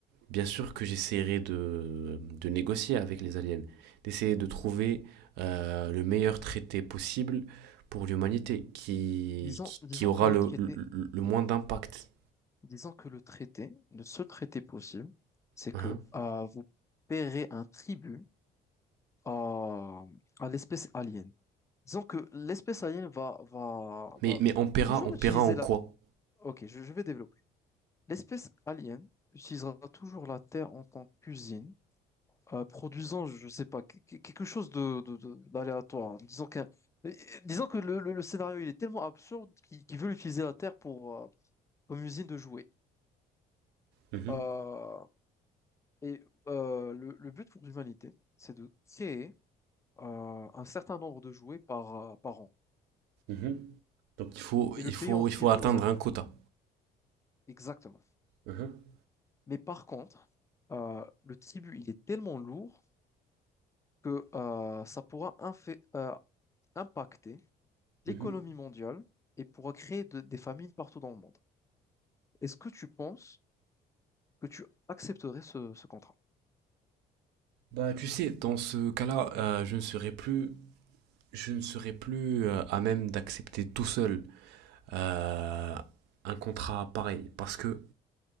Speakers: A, on the right (about 80°); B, on the left (about 15°).
A: Bien sûr que j'essaierai de, de négocier avec les aliens, d'essayer de trouver euh, le meilleur traité possible pour l'humanité, qui,
B: Disons,
A: qui,
B: disons
A: qui aura
B: que le
A: le,
B: traité,
A: le, le moins d'impact.
B: disons que le traité, le seul traité possible, c'est
A: Hein.
B: que euh, vous paierez un tribut à, à l'espèce alien. Disons que l'espèce alien va, va,
A: Mais,
B: va
A: mais on paiera,
B: toujours
A: on paiera
B: utiliser
A: en quoi
B: la... Ok, je, je vais développer. L'espèce alien utilisera toujours la Terre en tant qu'usine euh, produisant, je sais pas, que- que- quelque chose de, de- de- d'aléatoire. hein. Disons qu'un, euh, disons que le, le- le scénario il est tellement absurde qu'ils qu'ils veulent utiliser la Terre pour euh, comme usine de jouets.
A: Mhm,
B: Euh, et euh, le, le but pour l'humanité, c'est de créer euh, un certain nombre de jouets par, euh, par an
A: mhm. Donc, il faut,
B: et
A: il,
B: le payer
A: faut,
B: en tribut
A: il faut atteindre
B: aux aliens.
A: un quota.
B: Exactement.
A: mhm,
B: Mais par contre, euh, le tribut il est tellement lourd que euh, ça pourra infé- euh, impacter l'économie
A: mhm.
B: mondiale et pourra créer de- des famines partout dans le monde. Est-ce que tu penses que tu accepterais ce, ce contrat?
A: Bah, tu sais, dans ce cas-là, euh, je ne serai plus, je ne serai plus euh, à même d'accepter tout seul euh, un contrat pareil, parce que